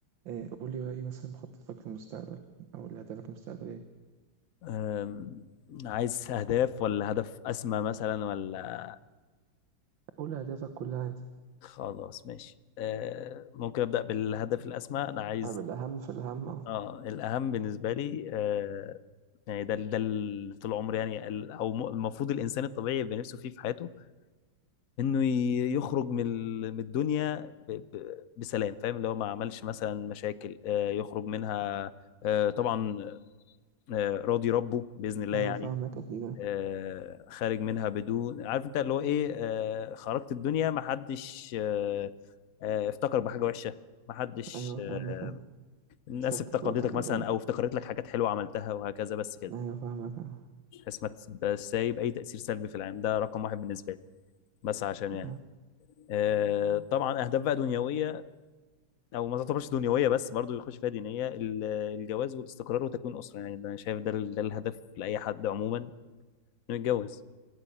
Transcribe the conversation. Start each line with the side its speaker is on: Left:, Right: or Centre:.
Right: إيه قول لي بقى ايه مثلا مخططك للمستقبل او لأهدافك المستقبلية
Left: أم، عايز أهداف ولا هدف أسمى مثلا ولا
Right: قول لي أهدافك كلها عادي
Left: خلاص ماشي أه، ممكن أبدأ بالهدف الأسمى أنا عايز
Right: طب الأهم في الأهم أهو.
Left: اه الأهم بالنسبة لي أه، يعني ده ده اللي طول عمري يعني ال- أو م- المفروض الإنسان الطبيعي يبقى نفسه فيه في حياته إنه ي- يخرج من ال- من الدنيا ب- ب- بسلام فاهم اللي هو ما عملش مثلا مشاكل أه، يخرج منها أه، طبعا أه، راضي ربه بإذن الله
Right: أيوة
Left: يعني
Right: فاهمك أكيد أنا.
Left: آه، خارج منها بدون عارف انت اللي هو ايه آه، خرجت الدنيا ما حدش آه، آه، افتكر بحاجه وحشه ما حدش
Right: أيوة فاهمك
Left: آه،
Right: أنا.
Left: الناس
Right: سيرتك
Left: افتقدتك
Right: بقى طيبة
Left: مثلا
Right: يعني
Left: او افتكرت لك حاجات حلوه عملتها وهكذا بس كده
Right: أيوة فاهمك أنا.
Left: بحيث ما تبقاش سايب اي تاثير سلبي في العالم ده رقم واحد بالنسبه لي بس عشان يعني
Right: أه.
Left: آه، طبعا اهداف بقى دنيويه او ما تعتبرش دنيويه بس برضو يخش فيها دينيه ال- الجواز والاستقرار وتكوين اسره يعني ده انا شايف ده ال- ده الهدف لاي حد عموما انه يتجوز